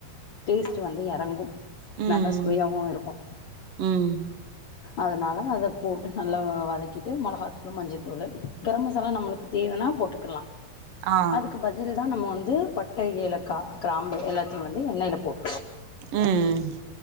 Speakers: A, on the left (about 70°); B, on the right (about 70°).
A: டேஸ்ட் வந்து எறங்கும்
B: ம்
A: நல்ல சுவையாவு இருக்கு
B: ம்
A: அதனால அத போட்டு நல்லா வதக்கிட்டு மொளகாத்தூளு மஞ்சத்தூளு கரம் மசாலா நம்மளுக்கு தேவனா போட் டுக்கலா
B: ஆ
A: அதுக்கு பதில்தா நம்ம வந் து பட்ட ஏலக்கா கிராம்பு எல்லாத்தையு வந்து எண்ணெய்ல போட்
B: உம்